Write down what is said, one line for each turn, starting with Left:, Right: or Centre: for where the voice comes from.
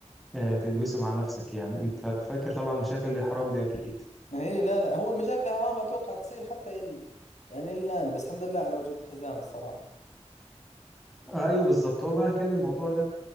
Centre: آه، تلبسه مع نفسك يعني انت فاكر طبعا مشاكل الاحرام دي اكيد
Left: اي <laughs> لا لا هو المشاكل حرام اتوقع تصير حتى ال... يعني الان بس الحمد لله على وجود الحزام الصراحه
Centre: آه، ايوه بالظبط هو بقى كان الموضوع ده